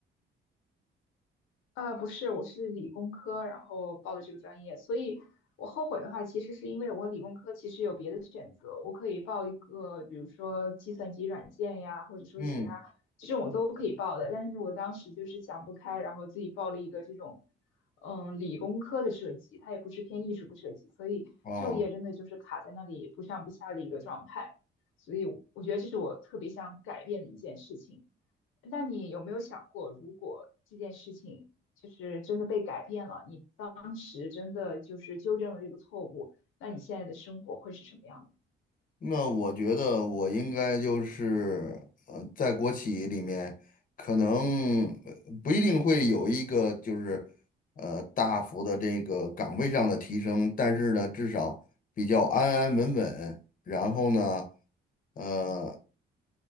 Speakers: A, on the left; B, on the left.
A: 呃，不是，我是理工科，然后报的这个专业，所以我后悔的话，其实是因为我理工科其实有别的选择，我可以报一个，比如说计算机软件呀，或者说其他这种我都可以报的，
B: 嗯，
A: 但是我当时就是想不开，然后自己报了一个这种，嗯，理工科的设计，它也不是偏艺术的设计，所以就业真的就是卡在那里不上不下的一个状态，
B: 啊，
A: 所以我我觉得这是我特别想改变的一件事情。那你有没有想过，如果这件事情就是真的被改变了，你当时真的就是纠正了这个错误，那你现在的生活会是什么样的？
B: 那我觉得我应该就是呃，在国企里面，可能呃不一定会有一个就是呃大幅的这个岗位上的提升，但是呢，至少比较安安稳稳，然后呢。呃。